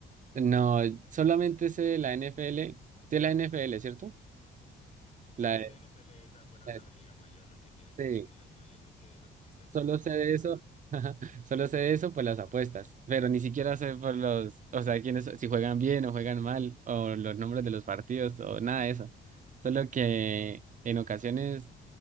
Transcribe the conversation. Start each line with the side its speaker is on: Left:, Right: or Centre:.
Right: No, solamente sé de la NFL, sé la NFL, ¿cierto?
Left: Sí,
Right: La,
Left: la NFL es la, bueno,
Right: la-
Left: la liga mayor que tiene Estados
Right: sí,
Left: Unidos, ¿no? Yo creo que, que está el Super
Right: solo
Left: Bowl,
Right: sé de eso, <laughs> solo sé de eso por las apuestas, pero ni siquiera sé por los, o sea, quiénes, si juegan bien o juegan mal, o los nombres de los partidos, o nada de eso. Solo que en ocasiones